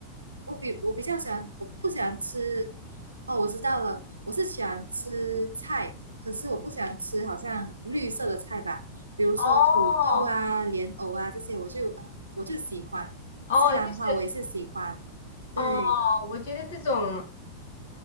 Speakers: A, on the right; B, on the left.
A: 我比我比较喜欢，我不喜欢吃。哦，我知道了，我是喜欢吃菜，可是我不喜欢吃好像绿色的菜吧，比如说土豆啊、
B: 哦
A: 莲藕啊这些，我就呃我就喜欢。
B: 哦，
A: 西兰花我也是喜欢，
B: 就是哦，
A: 对
B: 我觉得这种